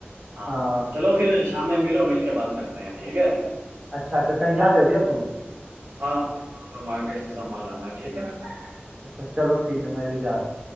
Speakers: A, on the right; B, on the right.
A: हाँ
B: हाँ
A: चलो फिर शाम में मिलो मिल के बात करते हैं ठीक है
B: अच्छा अच्छा कहीं जा रहे हो क्या तुम
A: हाँ मुझे थोड़ा मार्केट से सामान लाना है ठीक है
B: अच्छा चलो ठीक है मैं भी जा रहा हूँ